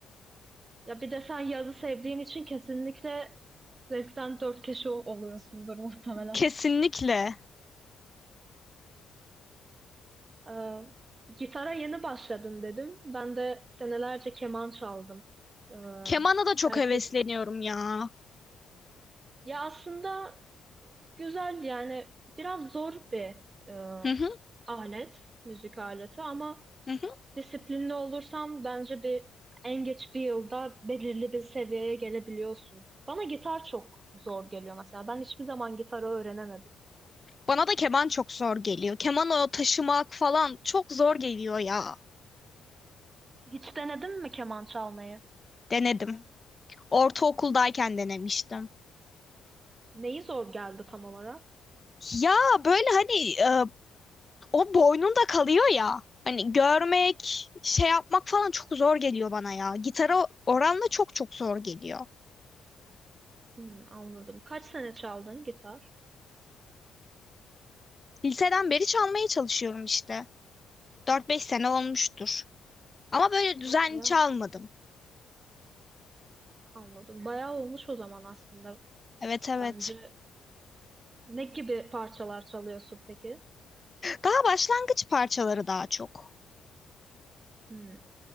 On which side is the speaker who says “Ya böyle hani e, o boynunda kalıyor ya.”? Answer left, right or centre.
Left